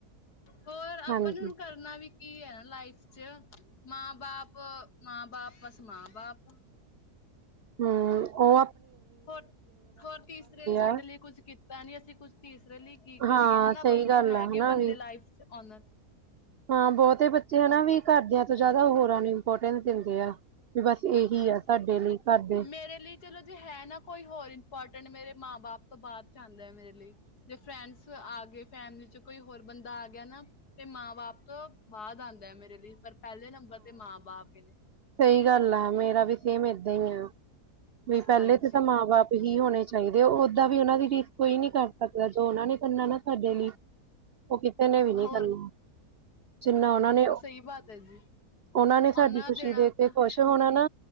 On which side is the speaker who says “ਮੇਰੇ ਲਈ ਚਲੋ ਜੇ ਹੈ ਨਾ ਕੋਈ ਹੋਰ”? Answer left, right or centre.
Left